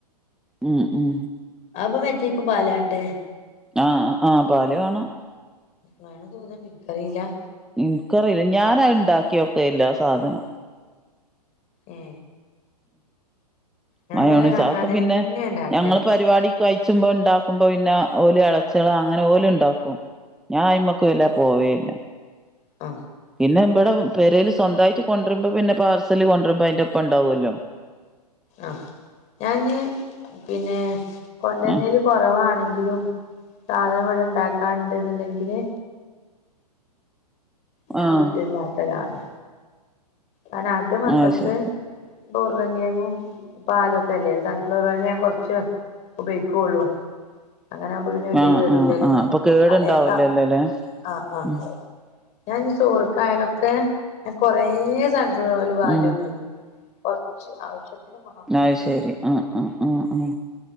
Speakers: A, in the centre; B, on the left.
A: ഉം ഉം
B: അപ്പ മറ്റേക്കും പാലെണ്ടെ
A: ആ അ പാല് വേണം.
B: വേണം തോന്ന്ണ് ഇൻക്കറിലാ
A: ഇനിക്കറില ഞാനാത്ണ്ടാക്ക്യോക്കലില്ലാ ആ സാധനം
B: ഏ ഞാൻ
A: മയോണിസ അതൊക്കെ
B: അങ്ങനെ
A: പിന്നെ
B: തന്നെ ഉണ്ടാക്കല്
A: ഞങ്ങള പരിപാടിക്ക്‌ കഴിച്ചുമ്പ ണ്ടാക്കുമ്പൊ പിന്നെ ഓല് എളച്യാള് അങ്ങനെ ഓല്ണ്ടാക്കും. ഞാൻ അയ്മക്ക് വല്ലാതെ പോവേയില്ല
B: അ
A: പിന്നെബ്ടെ പെരേല് സ്വന്തായിട്ട് കൊണ്ട്രുമ്പ പിന്നെ പാർസല് കൊണ്ട്രുമ്പോ അയ്ന്റൊപ്പം ണ്ടാവോല്ലൊ.
B: അ ഞാ ഇഞ്ഞി പിന്നെ കോണ്ട്രണേല്
A: ആഹ്
B: കൊറവാണെങ്കിലും സാധനവ്ടെ ണ്ടാക്കാന്ണ്ട്ന്ന്ണ്ടെങ്കില് ഞാൻ
A: ആഹ്
B: വീട്ടിലിണ്ടാക്കലാണ്. ആ രാത്രി മക്കൾക്ക്
A: ആഹ് ശരി
B: ബോ ഉർള കിഴങ്ങും പാലൊക്കെ അല്ലേ സൺഫ്ലവറ് ഓയൽ ഞാൻകുറച്ച് ഉപയോഗിക്കുള്ളൂ അങ്ങനെ ആകുമ്പോ പിന്നെ വല്യയ
A: ആഹ്
B: കേടല്ലല്ലേ
A: ആഹ് ആഹ് അപ്പൊ കേടുണ്ടാവൂലല്ലോല്ലേ
B: തലേയത്ത ആ ആ
A: ഉം
B: ഞാൻ ചോറക്കായലൊക്കെ ഞൻ കൊറെ സൺഫ്ലവർ ഓയൽ പാരൊന്നുല്ല
A: ഉം
B: കുറച്ച് ആവശ്യത്തിന് മാത്രം
A: അത് ശരി ആഹ ആഹ ആഹ ആഹ